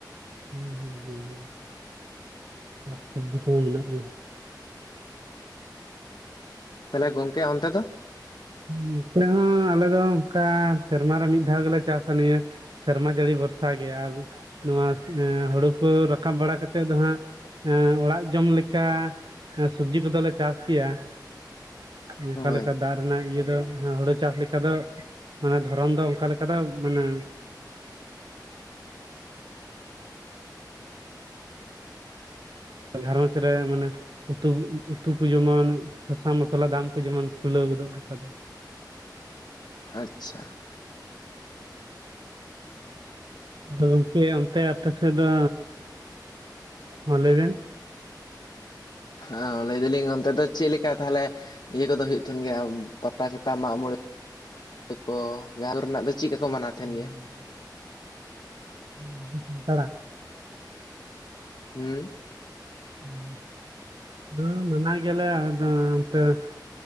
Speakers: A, on the right (about 80°); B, on the left (about 70°).
A: ᱦᱩᱸ ᱦᱩᱸ ᱥᱟᱠ ᱥᱚᱵᱡᱤ ᱠᱚᱢᱟ ᱢᱮᱱᱟᱜ ᱜᱮᱭᱟ ᱾
B: ᱛᱟᱦᱚᱞᱮ ᱜᱚᱝᱠᱮ ᱚᱱᱛᱮ ᱫᱚ?
A: ᱱᱚᱛᱮ ᱦᱚᱸ ᱟᱞᱮ ᱫᱚ ᱚᱱᱠᱟ ᱥᱮᱨᱢᱟ ᱨᱮ ᱢᱤᱫ ᱫᱷᱟᱣ ᱜᱮᱞᱮ ᱪᱟᱥᱟ ᱱᱤᱭᱟᱹ ᱥᱮᱨᱢᱟ ᱡᱟᱹᱲᱤ ᱵᱷᱚᱨᱥᱟ ᱜᱮ ᱟᱨ ᱱᱚᱣᱟ ᱦᱩᱲᱩ ᱠᱚ ᱨᱟᱠᱟᱵ ᱵᱟᱲᱟ ᱠᱟᱛᱮᱫ ᱫᱚ ᱦᱟᱸᱜ ᱚᱲᱟᱜ ᱡᱚᱢ ᱞᱮᱠᱟ ᱥᱚᱵᱡᱤ ᱠᱚᱫᱚᱞᱮ ᱪᱟᱥ ᱜᱮᱭᱟ ᱾ ᱚᱝᱠᱟ
B: ᱦᱳᱭ
A: ᱞᱮᱠᱟ ᱫᱟᱜ ᱨᱮᱱᱟᱜ ᱤᱭᱟᱹ ᱫᱚ ᱦᱩᱲᱩ ᱪᱟᱥ ᱞᱮᱠ ᱠᱟᱫᱚ ᱢᱟᱱᱮ ᱫᱷᱚᱨᱚᱱ ᱫᱚ ᱚᱱᱠᱟ ᱞᱮᱠᱟ ᱫᱚ ᱢᱟᱱᱮ ᱜᱷᱟᱨᱚᱸᱡᱽ ᱨᱮ ᱢᱟᱱᱮ ᱩᱛᱩ ᱩᱛᱩ ᱠᱚ ᱡᱮᱢᱚᱱ ᱥᱟᱥᱟᱝ ᱢᱚᱥᱞᱟ ᱫᱟᱢ ᱠᱚ ᱡᱮᱢᱚᱱ ᱠᱷᱩᱞᱟᱹᱣ ᱜᱚᱫᱚᱜ ᱞᱮᱠᱟ ᱫᱚ ᱾
B: ᱟᱪᱪᱷᱟ ᱾
A: ᱟᱫᱚ ᱜᱚᱝᱠᱮ ᱚᱱᱛᱮ ᱟᱯᱮ ᱥᱮᱫ ᱫᱚ ᱢᱟ ᱞᱟᱹᱭ ᱵᱮᱱ
B: ᱚ ᱞᱟᱹᱭ ᱫᱟᱞᱤᱧ ᱚᱱᱛᱮ ᱫᱚ ᱪᱮᱫ ᱞᱮᱠᱟ ᱛᱟᱦᱚᱞᱮ ᱤᱭᱟᱹ ᱠᱚᱫᱚ ᱦᱳᱭᱳᱜ ᱛᱟᱦᱮᱱ ᱜᱮᱭᱟ ᱯᱟᱛᱟ ᱪᱷᱟᱛᱟ ᱢᱟᱜ ᱢᱚᱬᱮ ᱠᱚ <inaudible> ᱨᱮᱱᱟᱜ ᱫᱚ ᱪᱮᱫ ᱞᱮᱠᱟ ᱠᱚ ᱢᱟᱱᱟᱣ
A: <inaudible>
B: ᱛᱟᱦᱮᱱ ᱜᱮᱭᱟ
A: <unintelligible>
B: ᱦᱩᱸ᱾
A: <unintelligible> ᱢᱟᱱᱟ ᱜᱮᱭᱟ ᱞᱮ ᱟᱞᱮ ᱫᱚ ᱚᱱᱛᱮ ᱨᱮ ᱾